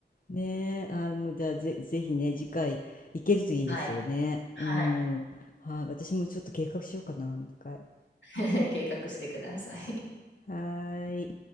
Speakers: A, on the left; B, on the left.
A: ねえ。あ、もうじゃあぜ、ぜひね、次回行けるといいですよね。
B: はい。はい。
A: うん。はい。私もちょっと計画しようかな、もう一回。
B: <laughs> 計画してください。
A: はーい。